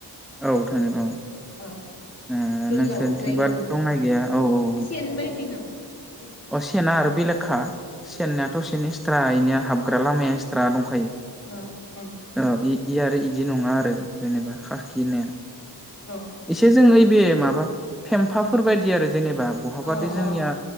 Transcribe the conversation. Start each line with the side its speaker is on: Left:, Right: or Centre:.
Centre: औ थाङो अ।
Left: औ
Centre: ओ
Left: गोलाव
Centre: नोंसोरथिंबा
Left: जायो आरो
Centre: दंनाय
Left: औ
Centre: गैया औ औ औ
Left: सेन बायदि नामा सेन बायदि जागोन
Centre: अ'सेना आरो बेले खा‌ सेननायाथ' सनि सिर्थायनिया हाबग्रा लामाया एक्सट्रा दंखायो
Left: ओ ओं
Centre: औ इ आरो इदि नङा आरो जेनेबा हाखि होनाया
Left: अ अ
Centre: बे जों यैबे माबा फेम्फाफोर बायदि आरो जेने बा बहाबादि
Left: अ
Centre: जोंनिया
Left: अ